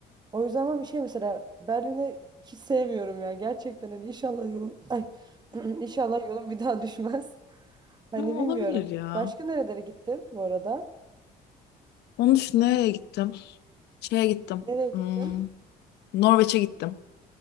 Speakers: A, on the right; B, on the left.
A: O yüzden ama bir şey mesela Berlin'i hiç sevmiyorum ya. Gerçekten hani inşallah yolum ay <clears throat> inşallah yolum bir daha düşmez. <laughs> Hani
B: Ha, olabilir
A: bilmiyorum.
B: ya.
A: Başka nerelere gittin bu arada?
B: Onun için nereye gittim? Şeye gittim.
A: Nereye gittin?
B: Hmm. Norveç'e gittim.